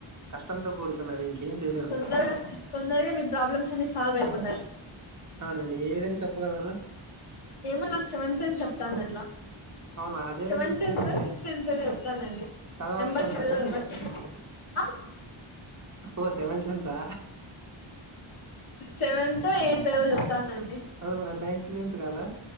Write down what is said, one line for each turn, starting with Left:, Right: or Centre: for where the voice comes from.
Right: కష్టంతో కూడుకున్నది ఇంకేం చేయలేము
Left: తొందరగా తొందరగా మీ ప్రాబ్లమ్స్ అన్ని సాల్వ్ అయిపోతాయి
Right: అవునండి ఏ విధంగా చెప్పగలరు
Left: ఏమో నాకు సెవెంత్ సెన్ చెప్తాంది అట్లా
Right: అవునా అదేలా
Left: సెవెంత్
Right: చెప్తారు
Left: సెన్సో
Right: మీరే
Left: సిక్స్త్ సెన్సో చెప్తాందండి
Right: తల
Left: నెంబర్స్
Right: రాస్తూ ఉంటారా మీరు
Left: మర్ఛి అ
Right: ఓ సెవెన్ సెన్సా
Left: సెవెన్ తో ఎయీతో చే చెప్తానంది
Right: అవునా నైన్త్ సెన్స్ కదా